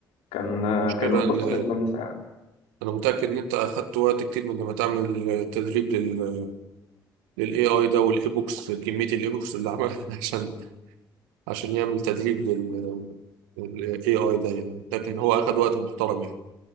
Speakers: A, on the left; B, on the right.
A: كان آه،
B: المشكله
A: كان الكورس
B: ان
A: 8 ساعات
B: انا متاكد ان انت اخدت وقت كتير من لما تعمل تدريب لل للاي اي ده والايبوكس كميه الايبوكس اللي عملها <laughs> عشان عشان يعمل تدريب لل للاي اي ده يعني متاكد ان هو اخد وقت محترم يعني